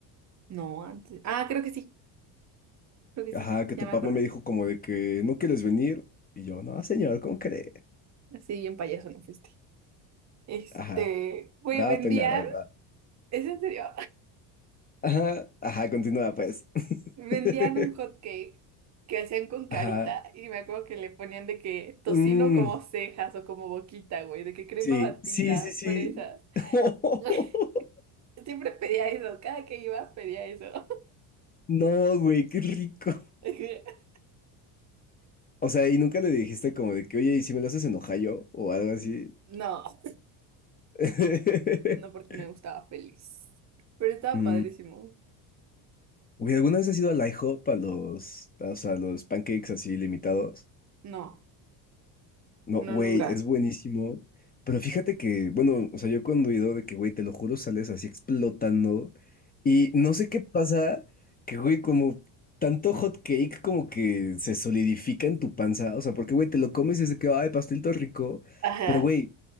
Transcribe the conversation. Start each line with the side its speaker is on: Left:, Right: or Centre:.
Right: No, antes. Ah, creo que sí, creo que sí,
Left: Ajá, que
Right: ya
Left: tu
Right: me
Left: papá
Right: acordé.
Left: me dijo como de que no quieres venir. Y yo, no, señor, ¿cómo cree?
Right: Sí, bien payaso no fuiste. Este,
Left: Ajá,
Right: güey,
Left: me daba
Right: vendían,
Left: pena, la verdad.
Right: ¿es en serio?
Left: Ajá, ajá, continúa pues.
Right: <laughs> Vendían
Left: <laughs>
Right: un hot cake que hacían con carita
Left: Ajá.
Right: y me acuerdo que le ponían de que tocino
Left: Mm.
Right: como cejas o como boquita, güey, de que crema
Left: Sí,
Right: batida,
Left: sí, sí, sí.
Right: fresas.
Left: <laughs>
Right: <laughs> Siempre pedía eso, cada que iba pedía eso.
Left: No, güey, qué rico.
Right: <laughs>
Left: O sea, y nunca le dijiste como de que, oye, ¿y si me lo haces en Ohio o algo así?
Right: No,
Left: <laughs>
Right: no porque me gustaba feliz. Pero estaba
Left: Mm,
Right: padrísimo.
Left: Güey, ¿alguna vez has ido al IHOP a los, o sea, a los pancakes así limitados?
Right: No,
Left: No,
Right: no
Left: güey,
Right: nunca.
Left: es buenísimo. Pero fíjate que, bueno, o sea, yo cuando he ido de que, güey, te lo juro, sales así explotando. Y no sé qué pasa, que, güey, como tanto hot cake como que se solidifica en tu panza. O sea, porque, güey, te lo comes y es de que, ay, pastel todo rico.
Right: Ajá.
Left: Pero, güey,